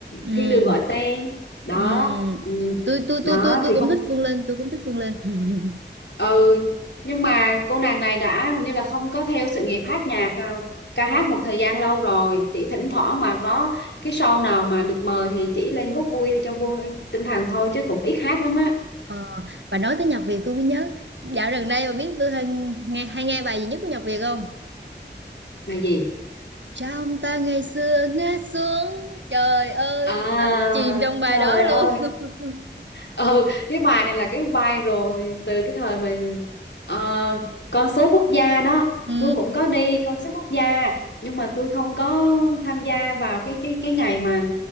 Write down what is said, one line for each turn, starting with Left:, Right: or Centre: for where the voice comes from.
Right: ừm,
Left: Thiên Đường Gọi Tên đó
Right: ừm.
Left: ừm,
Right: tôi tôi
Left: đó
Right: tôi tôi tôi
Left: thì
Right: cũng
Left: không
Right: thích Phương Linh tôi cũng thích Phương Linh <laughs>
Left: ừ nhưng mà cô nàng này đã hình như là không có theo sự nghiệp hát nhạc ờ, ca hát một thời gian lâu rồi chỉ thỉnh thoảng mà có cái show nào mà được mời thì chỉ lên góp vui cho vui tinh thần thôi chứ cũng ít hát lắm á
Right: Ờ, bà nói tới nhạc Việt tôi mới nhớ dạo gần đây bà biết tôi hay nghe hay nghe bài gì nhất của nhạc Việt không
Left: bài gì
Right: trong ta ngày xưa ngã xuống trời ơi
Left: à
Right: đắm chìm trong bài
Left: trời
Right: đó luôn
Left: ơi
Right: <laughs>
Left: ừ cái bài này là cái viral từ cái thời mà ờ, concert quốc gia đó
Right: Ừ,
Left: tôi cũng có đi concert quốc gia nhưng mà tôi không có tham gia vào cái cái cái ngày mà